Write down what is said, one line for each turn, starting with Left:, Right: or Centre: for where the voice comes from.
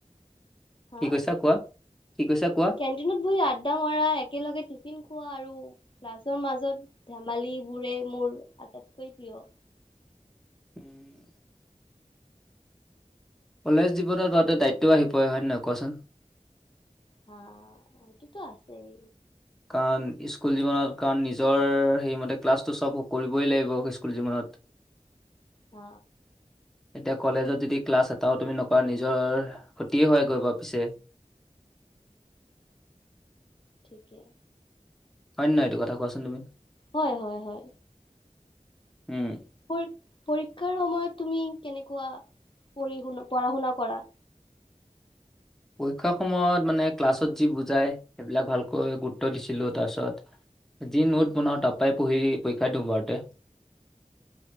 Left: হা
Centre: কি কৈছা কোৱা। কি কৈছা কোৱা।
Left: কেণ্টিনত বহি আড্ডা মাৰা, একেলগে টিফিন খোৱা আৰু লাছৰ মাজত ধেমালীবোৰে মোৰ আটাইতকৈ প্ৰিয়।
Centre: <inaudible> কলেজ জীৱনত বাওতে দায়িত্বও আহি পৰে। হয় নহয় কোৱাচোন?
Left: হা, সেইটোতো আছেই।
Centre: কাৰণ ইস্কুল জীৱনত, কাৰণ নিজৰ সেইমতে ক্লাছটো চব কৰিবই লাগিব ইস্কুল জীৱনত।
Left: হ'।
Centre: এতিয়া কলেজত যদি ক্লাছ এটাও তুমি নকৰা, নিজৰ ক্ষতিয়ে হয়গৈ বাও পিছে।
Left: ঠিকে।
Centre: হয় নয়টো কথা, কোৱাচোন তুমি।
Left: হয়, হয়, হয়।
Centre: উম,
Left: পৰী পৰীক্ষাৰ সময়ত তুমি কেনেকুৱা পঢ়ি শুন, পঢ়া শুনা কৰা।
Centre: পৰীক্ষাৰ সময়ত মানে ক্লাছত যি বুজাই, সেইবিলাক ভালকৈ গুৰুত্ব দিছিলো তাৰপিছত। যি নোট বনাও, তাৰ পআই পঢ়ি পৰীক্ষা দিওঁ বাৰুতে।